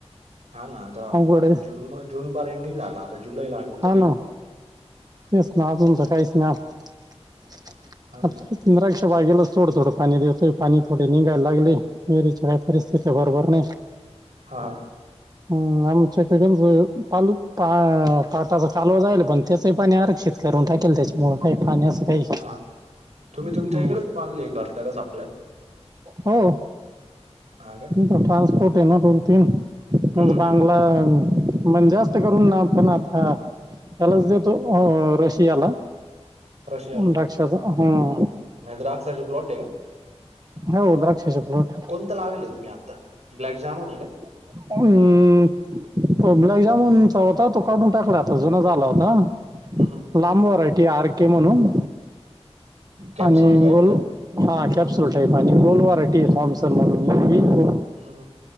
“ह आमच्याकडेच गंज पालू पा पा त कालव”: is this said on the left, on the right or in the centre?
Right